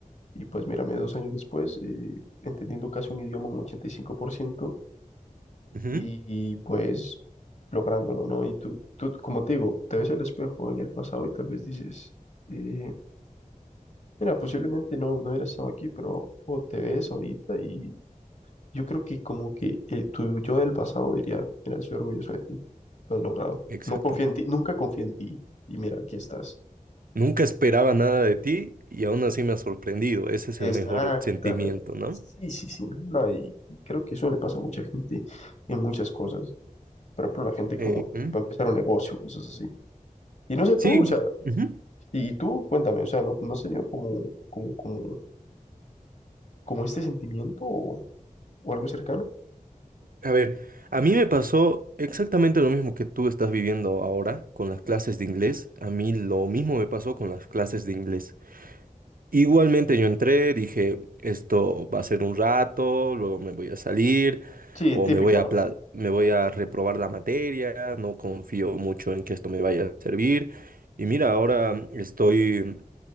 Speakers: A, on the left; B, on the right.
A: y pues mírame, dos años después, eh, entendiendo casi un idioma un 85% y cinco por ciento
B: Ujú,
A: y pues lográndolo, ¿no? Y tú, tú, como te digo, te ves el espejo en el pasado y tal vez dices, eh, mira, posiblemente no, no hubiera estado aquí, pero o te ves ahorita y yo creo que como que eh, tu yo del pasado diría, mira, soy orgulloso de ti, lo has logrado.
B: Exactamente.
A: No confía en ti, nunca confía en ti y mira, aquí estás.
B: Nunca esperaba nada de ti y aún así me ha sorprendido. Ese es
A: Exactamente.
B: el mejor sentimiento, ¿no?
A: Sí, sí, sí. No, y y creo que eso le pasa a mucha gente en muchas cosas. Por ejemplo, la gente
B: Eh,
A: como que
B: ujú.
A: va a empezar un negocio, cosas así. Y no sé
B: Sí.
A: tú, o
B: ujú.
A: sea, y, y tú, cuéntame, o sea, ¿no, no has tenido como, como, como, como este sentimiento o, o algo cercano?
B: A ver, a mí me pasó exactamente lo mismo que tú estás viviendo ahora con las clases de inglés. A mí lo mismo me pasó con las clases de inglés. Igualmente yo entré, dije, esto va a ser un rato, luego me voy a salir
A: Sí,
B: o
A: típico,
B: me voy a,
A: ¿no?
B: apla- me voy a reprobar la materia, no confío mucho en que esto me vaya a servir. Y mira, ahora estoy